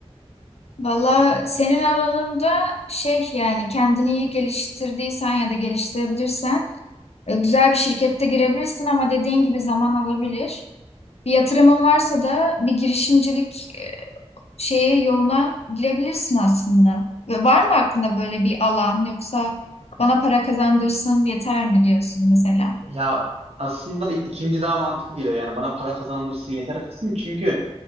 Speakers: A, on the left; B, on the right.
A: Valla senin alanında şey yani kendini iyi geliştirdiysen ya da geliştirebilirsen e, güzel bir şirkette girebilirsin ama dediğin gibi zaman alabilir. Bir yatırımın varsa da bir girişimcilik şeye yoluna girebilirsin aslında. Ve var mı aklında böyle bir alan yoksa bana para kazandırsın yeter mi diyorsun mesela?
B: Ya aslında ikinci daha mantıklı geliyor yani bana para kazandırsın yeter kısım çünkü